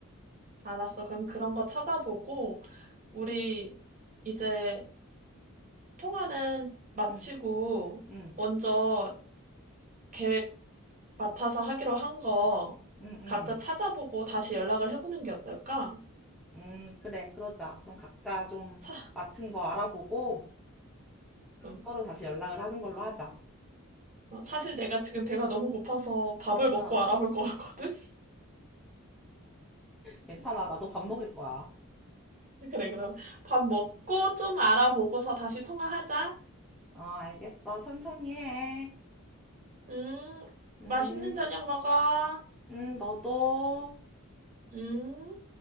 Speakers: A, on the right; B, in the centre.
A: 알았어. 그럼 그런 거 찾아보고 우리 이제 통화는 마치고
B: 응, 응,
A: 먼저 계획 맡아서 하기로 한 거
B: 응, 응.
A: 각자 찾아보고 다시 연락을 해보는 게 어떨까?
B: 응, 그래, 그러자. 그럼 각자 좀
A: 사,
B: 맡은 거 알아보고
A: 음,
B: 서로 다시 연락을 하는 걸로 하자.
A: 어, 사실 내가 지금 배가 너무 고파서 밥을 먹고
B: 어,
A: 알아볼 것 같거든?
B: 괜찮아. 나도 밥 먹을 거야.
A: <laughs> 그래, 그럼 밥 먹고 좀 알아보고서 다시 통화하자.
B: 어, 알겠어. 천천히 해.
A: 음,
B: 음,
A: 맛있는 저녁 먹어.
B: 음, 너도.
A: 음.